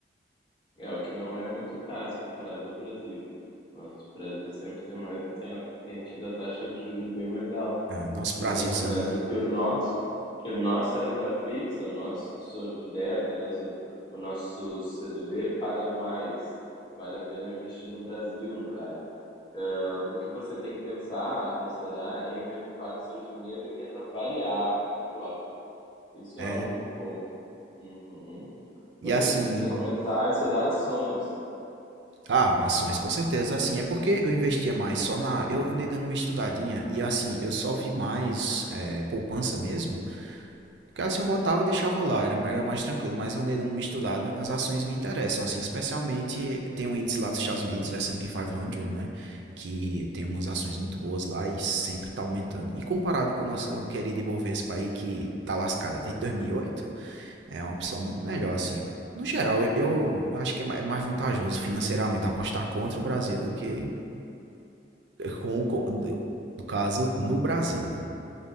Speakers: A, on the left; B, on the right.
A: É, o que não é muito caso comparado ao Brasil. Nosso Brasil sempre tem, mais, tem, a- tem tido a taxa de juros bem mais alta.
B: Ah, nosso
A: O
B: Brasilzão,
A: que acontece é que o nosso, que a nossa renda fixa, o nosso Tesouro Direto, o nosso, o nosso CDB paga mais. Vale a pena investir no Brasil, no caso. Ah, O que você tem que pensar, considerar, é investir parte do seu dinheiro em renda variável, viu, Álvaro? Isso
B: é.
A: é o ponto. Uhum.
B: E
A: Você
B: assim,
A: precisa começar a estudar ações.
B: Ah, ações, com certeza. Assim, é porque eu investia mais só na. Eu andei dando uma estudadinha e, assim, eu só vi mais é, poupança mesmo. Porque, assim, eu botava e deixava lá, era, era mais tranquilo. Mas eu andei dando uma estudada, as ações me interessam, assim, especialmente tem um índice lá dos Estados Unidos, S&P 500, né? Que tem umas ações muito boas lá e sempre tá aumentando. E comparado com a nossa querida Ibovespa aí, que tá lascada desde 2008. É uma opção muito melhor, assim. Eu- No geral, eu, eu eu acho que é ma- é mais vantajoso financeiramente apostar contra o Brasil do que com, o co- do- no caso, no Brasil, né?